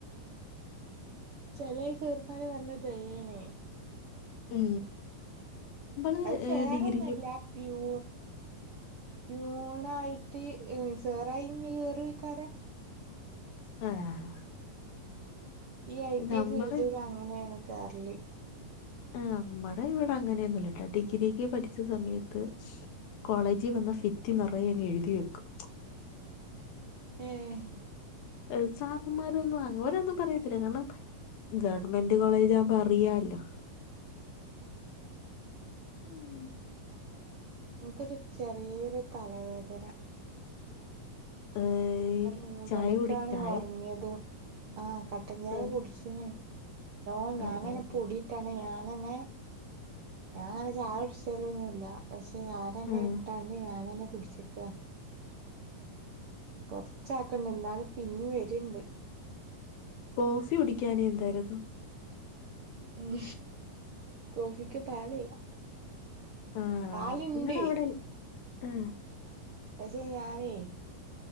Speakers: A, on the right; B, on the left.
A: ചെലേ സേറുപ്പാന് നല്ല ദയാണേ
B: ഉം നമ്മള്
A: അത് സേറൊന്നും
B: ഏ, ഡിഗ്രിക്ക്
A: അല്ല പ്യൂ പ്യൂണായിട്ട് ഏഹ് ഉം സേറായിഞ്ഞ് കേറിരിക്കാന
B: ആഹ്
A: ഈ ഐ ടി
B: നമ്മള്
A: ഫീൽഡിൽ അങ്ങനെയാണ് കേറല്
B: ആഹ് നമ്മടെ ഇവിടെ അങ്ങനെയൊന്നുല്ലട്ടോ ഡിഗ്രിക്ക് പഠിച്ച സമയത്ത് കോളേജിൽ വന്ന ഫിത്തി നെറയെ അങ്ങ് എഴുതി വെക്കും
A: ഏഹ്
B: ഏഹ് സാറന്മാരൊന്നും അങ്ങോരൊന്നും പറയത്തില്ല കാരണം ഗവൺമെന്റ് കോളേജ് ആവുമ്പോ അറിയാലോ ഉം.
A: എൻക്കൊരു ചെറിയൊരു തലവേദന
B: ഏയ്
A: ഇന്നലെ മൂന്നണിക്കാണ്
B: ചായ കുടി ചായ
A: ഒറങ്ങിയതും ആഹ് കട്ടൻചായ
B: ഏഹ്
A: കുടിച്ചിന് ഓഹ് ഞാനന്നെ
B: ആഹ് ആഹ്
A: പൊടിട്ടാണ് ഞാനെന്നെ ഞാൻ അങ്ങനെ ചായ കുടിച്ചലൊന്നുഇല്ല പക്ഷെ ഞാനന്നെ
B: ആഹ്
A: ഇട്ടാണ്ട് ഞൻ തന്നെ കുടിച്ചിക്ക കൊറച്ച ആക്കണ്ട് എന്നാലും പിന്നും വരിണ്ട്
B: കോഫി കുടിക്കാനെ എന്തായിരുന്നു
A: ഉം കോഫിക്ക് പാലില്ല
B: ആഹ്
A: പാല്ണ്ട്
B: നിങ്ങടവിടെൽ ആഹ്
A: പക്ഷെ ഞാനേ